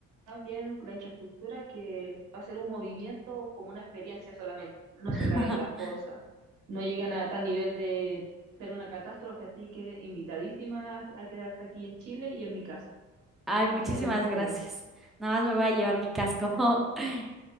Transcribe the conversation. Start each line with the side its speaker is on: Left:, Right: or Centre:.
Right: bien la infraestructura que va a ser un movimiento como una experiencia solamente. No
Centre: <laughs>
Right: se caen las cosas, no llegan a tal nivel de ser una catástrofe, así que invitadísima a quedarte aquí en Chile y en mi casa.
Centre: Ay, muchísimas
Right: No tengo ningún problema.
Centre: gracias. Nada más me voy a llevar mi casco. <laughs>